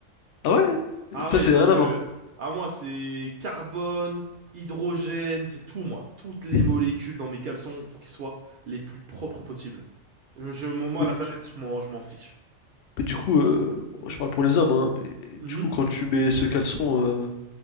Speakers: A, on the left; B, on the right.
A: Ah ouais?
B: Ah
A: Toi,
B: oui,
A: c'est
B: parce
A: rien
B: que
A: à voir.
B: à moi c'est carbone, hydrogène, c'est tout moi. Toutes les
A: Mais,
B: molécules dans mes caleçons pour qu'ils soient les plus propres possibles. Euh, Je, moi
A: mais
B: la planète,
A: du
B: je m'en, je m'en fiche.
A: mais du coup, euh, bon, je parle pour les hommes, hein, mais
B: Mhm.
A: du coup, quand tu mets ce caleçon, euh,